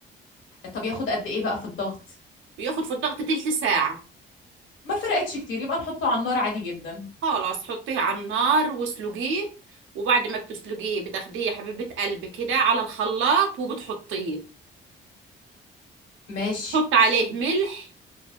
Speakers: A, on the left (about 80°); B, on the right (about 80°).
A: طب ياخد قد ايه بقى في الضغط
B: بياخد في الضغط تلت ساعه
A: ما فرقتش كتير يبقى نحطه على النار عادي جدا
B: خلاص حطيه على النار واسلقيه وبعد ما بتسلقيه بتاخديه يا حبيبه قلبي كده على الخلاط وبتحطيه
A: ماشي
B: وتحط عليه ملح